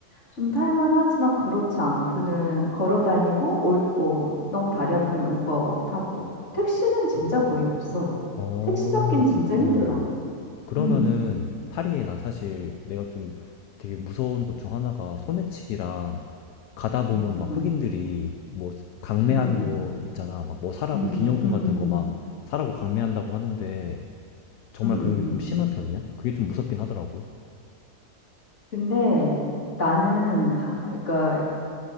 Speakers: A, on the left; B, on the left.
A: 좀 탈만하지만 그렇지 않고는 걸어 다니고, 올, 뭐, 너무 다리 아프면 우버 타고. 택시는 진짜 거의 없어.
B: 어,
A: 택시 잡긴 진짜
B: 그렇구나.
A: 힘들어.
B: 그러면은
A: 음.
B: 파리에 난 사실 내가 좀 되게 무서운 것 중 하나가 소매치기랑 가다 보면
A: 음, 음,
B: 막
A: 음.
B: 흑인들이 뭐 강매하는
A: 음.
B: 거 있잖아. 막 뭐 사라고
A: 음, 음,
B: 기념품
A: 음,
B: 같은
A: 음,
B: 거 막 사라고 강매한다고 하는데 정말
A: 음, 음,
B: 그런 게
A: 음.
B: 좀 심한 편이야? 그게 좀 무섭긴 하더라고.
A: 근데 나는 하- 그러니까